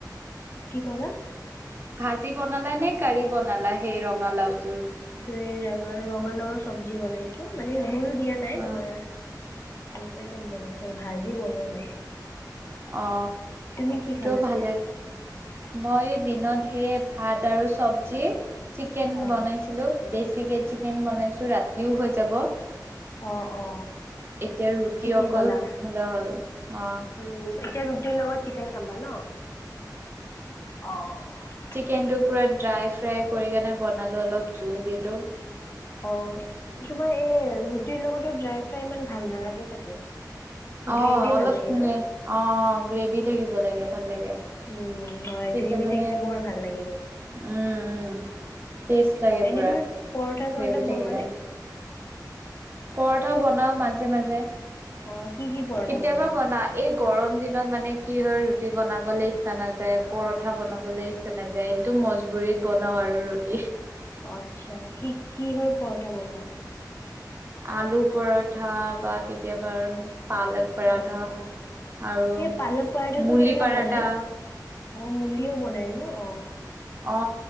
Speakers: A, on the left (about 35°); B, on the right (about 35°).
A: কি ক'লা?
B: ভাজি বনালা নে কাৰাঢ়ি বনালা? হেই ৰঙালাও তোৰ।
A: ৰে ৰঙালাওৰ চব্জি বনাইছো মানে ভুল দিয়া নাই
B: অ'
A: তোমাৰ এনেকুৱা এ টাই বনাইছো আৰু ভাজি বনোৱা নাই।
B: অ
A: তুমি কি খালা
B: তো ভালে,
A: তে?
B: মই দিনত সেয়ে ভাত আৰু চবজি চিকেন
A: অ
B: বনাইছিলো, বেছিকে চি ফেন বনাইছোঁ ৰাতিও হৈ যাব এতিয়া
A: অ অ
B: ৰুটি
A: ঠিকেই
B: অকল
A: ক'লা
B: হ'লে হ'ল অ
A: উম এতিয়া ৰুটিৰ লগত চিকেন খাবা ন অ
B: চিকেনটোক
A: ঠিক
B: পুৰা ড্ৰাই ফ্ৰাই কৰিকিনে বনালো অলপ জোল দিলো
A: অ তোমাৰ এই ৰুটিৰ লগতো ড্ৰাই ফ্ৰাই ইমান ভাল নালাগে চাগে গ্ৰেভি
B: অ অলপ
A: ভাল লাগে ন?
B: অ অ গ্ৰেভি থাকিব লাগে ভাল লাগে
A: উম, হয়
B: তেতিয়া
A: গ্ৰেভি
B: মানে
A: থাকিলে বৰ ভাল লাগে কিন্তু।
B: উম উম টেষ্ট লাগে
A: অ', এনেই
B: পূৰা
A: তুমি পৰঠা চৰঠা
B: গ্ৰেভি
A: বনোৱা
B: থাকিলে
A: নে?
B: পৰঠাও বনাও মাজে মাজে
A: অ', কি কি পৰঠা
B: কেতিয়াবা
A: বনোৱা?
B: বনা এই গৰম দিনত মানে কি হয় ৰুটি বনাবলৈ ইচ্ছা নাযায় পৰঠা বনাবলৈ ইচ্ছা নাযায় এইটো মজবুৰিত বনাও আৰু ৰুটি।
A: আচ্ছা কি কিহৰ পৰঠা বনোৱা
B: আলু পৰঠা বা কেতিয়াবা পালক পৰাঠা
A: অ',
B: আৰু
A: সেই পালক পৰঠাটো
B: মুলি
A: কেনেকা
B: পাৰাঠা
A: বনাই? অ মুলিও বনাই ন অ
B: অ